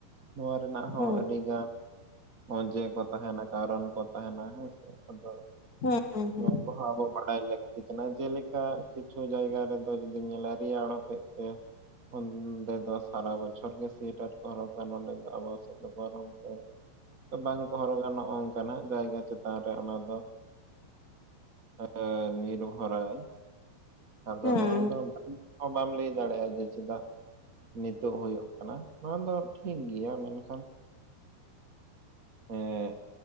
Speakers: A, on the right (about 70°); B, on the left (about 45°).
A: ᱱᱚᱣᱟ ᱨᱮᱱᱟᱜ ᱦᱚᱸ
B: ᱦᱩᱸ
A: ᱟᱹᱰᱤ ᱜᱟᱱ ᱚᱡᱮ ᱠᱚ ᱛᱟᱸᱦᱮᱱᱟ ᱠᱟᱨᱚᱱ ᱠᱚ ᱛᱟᱦᱮᱱᱟ ᱦᱮᱸᱥᱮ ᱟᱫᱚ
B: ᱦᱩᱸ ᱦᱩᱸ
A: ᱱᱚᱣᱟ
B: ᱦᱩᱸ
A: ᱠᱚᱦᱚᱸ ᱟᱵᱚ ᱵᱟᱰᱟᱭ ᱞᱟᱹᱠᱛᱤ ᱠᱟᱱᱟ ᱡᱮᱞᱮᱠᱟ ᱠᱤᱪᱷᱩ ᱡᱟᱭᱜᱟ ᱨᱮᱫᱚ ᱡᱩᱫᱤᱢ ᱧᱮᱞᱟ ᱨᱮᱭᱟᱲ ᱦᱚᱛᱮᱡ ᱛᱮ ᱚᱱᱰᱮ ᱫᱚ ᱥᱟᱨᱟ ᱵᱚᱪᱷᱚᱨ ᱚᱨ ᱜᱮ ᱥᱩᱭᱮᱴᱟᱨ ᱠᱚ ᱦᱚᱨᱚᱜᱟ ᱱᱚᱰᱮ ᱫᱚ ᱟᱵᱚ ᱥᱮᱫ ᱫᱚ ᱜᱚᱨᱚᱢ ᱛᱮ ᱵᱟᱝ ᱠᱚ ᱦᱚᱨᱚᱜᱟ ᱱᱚᱜ ᱱᱚᱝᱠᱟᱱᱟᱜ ᱡᱟᱭᱜᱟ ᱪᱮᱛᱟᱱ ᱨᱮ ᱚᱱᱟ ᱫᱚ ᱮᱫ ᱱᱤᱨᱵᱷᱚᱨᱟᱭ ᱟᱫᱚ
B: ᱦᱩᱸ
A: ᱱᱚᱣᱟ ᱫᱚ ᱦᱚᱸ ᱵᱟᱢ ᱞᱟᱹᱭ ᱫᱟᱲᱮᱭᱟᱜᱼᱟ ᱡᱮ ᱪᱮᱫᱟᱜ ᱱᱤᱛᱚᱜ ᱦᱳᱭᱳᱜ ᱱᱚᱣᱟ ᱫᱚ ᱴᱷᱤᱠ ᱜᱮᱭᱟ ᱢᱮᱱᱠᱷᱟᱱ ᱮᱫ